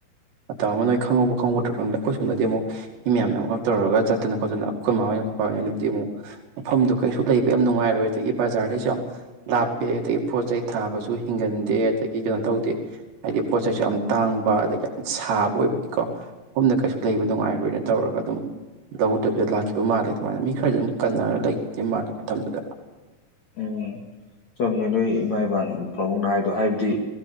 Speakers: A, on the right; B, on the left.
A: ꯃꯇꯝ ꯑꯃ ꯅꯣꯏ ꯈꯪꯍꯧꯕ ꯈꯪꯍꯧꯗ꯭ꯔꯥ ꯈꯪꯗꯦ ꯑꯩꯈꯣꯏ ꯁꯣꯝꯗꯗꯤ ꯑꯃꯨꯛ ꯃꯤ ꯃꯌꯥꯝ ꯌꯥꯝꯒꯞ ꯇꯧꯔꯒ ꯆꯠꯇꯅ ꯈꯣꯠꯇꯅ ꯑꯩꯈꯣꯏ ꯃꯥꯍꯣꯏ ꯈꯣꯏꯕꯥ ꯍꯣꯏꯅꯗꯤ ꯑꯃꯨꯛ ꯃꯐꯝꯗꯣ ꯀꯩꯁꯨ ꯂꯩꯕ ꯌꯥꯝ ꯅꯨꯡꯉꯥꯏꯔꯣꯏ ꯑꯗꯒꯤ ꯕꯖꯥꯔꯗꯩꯁꯨ ꯌꯥꯝ ꯂꯥꯞꯄꯦ ꯑꯗꯒꯤ ꯄꯣꯠ ꯆꯩꯩ ꯊꯥꯕꯁꯨ ꯍꯤꯡꯒꯟꯗꯦ ꯑꯗꯒꯤ ꯀꯩꯅꯣ ꯇꯧꯗꯦ ꯍꯥꯏꯗꯤ ꯄꯣꯠ ꯆꯩꯩꯁꯨ ꯌꯥꯝ ꯇꯥꯡꯕ ꯑꯗꯒꯤ ꯌꯥꯝ ꯁꯥꯕ ꯑꯣꯏꯕꯒꯤꯀꯣ ꯃꯐꯝꯗ ꯀꯩꯁꯨ ꯂꯩꯕ ꯅꯨꯡꯉꯥꯏꯔꯣꯏ ꯂꯣꯏꯅ ꯇꯧꯔꯒ ꯑꯗꯨꯝ ꯂꯧꯗꯕꯤꯗ ꯂꯥꯛꯈꯤꯕ ꯃꯥꯜꯂꯦ ꯑꯗꯨꯃꯥꯏꯅ ꯃꯤ ꯈꯔꯗꯤ ꯑꯗꯨꯝ ꯀꯟꯅꯔ ꯂꯩꯈꯤꯕ ꯃꯥꯜꯂꯦ ꯃꯇꯝꯗꯨꯗ
B: ꯎꯝ ꯆꯨꯝꯃꯦ ꯅꯣꯏ ꯏꯃꯥ ꯏꯕꯥ ꯄꯥꯕꯨꯡꯅ ꯍꯥꯏꯕꯗꯣ ꯍꯥꯏꯕꯗꯤ